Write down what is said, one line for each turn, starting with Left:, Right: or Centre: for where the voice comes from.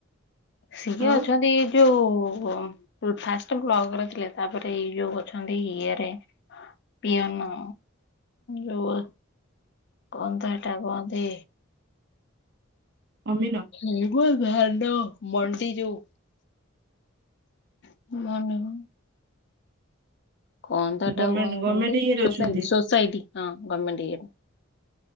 Left: ସିଏ
Right: ଆଉ
Left: ଅଛନ୍ତି ଏଇ ଯୋଉ ଫାଷ୍ଟ ବ୍ଲକ୍ ରେ ଥିଲେ। ତାପରେ ଏଇ ଯୋଉ ଅଛନ୍ତି ଇଏ ରେ ପିଅନ ଯୋଉ କଣ ତ ହେଟା କହନ୍ତି
Right: ଅମିନ?
Left: ଏଇମ ଧାନ ମଣ୍ଡି ଯୋଉ <inaudible> କଣ ତ
Right: ଗମେଣ୍ଟ
Left: ତାକୁ କଣ
Right: ଗମେଣ୍ଟ
Left: କହନ୍ତି,
Right: ଇଏରେ
Left: ସୋସାଇଟ୍।
Right: ଅଛନ୍ତି
Left: ସୋସାଇଟ୍ ହଁ ଗମେଣ୍ଟ ଇଏରେ।